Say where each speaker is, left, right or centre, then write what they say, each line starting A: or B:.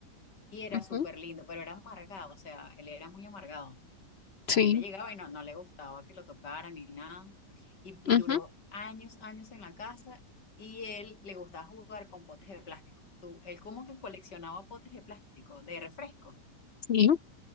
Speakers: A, on the left (about 80°); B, on the left (about 55°).
A: y era
B: Ujú,
A: súper lindo, pero era amargado, o sea, él era muy amargado.
B: Sí,
A: La gente llegaba y no, no le gustaba que lo tocaran ni nada. Y,
B: ujú,
A: y duró años, años en la casa y él le gustaba jugar con potes de plástico. Tú, él como que coleccionaba potes de plástico, de refresco.
B: sí,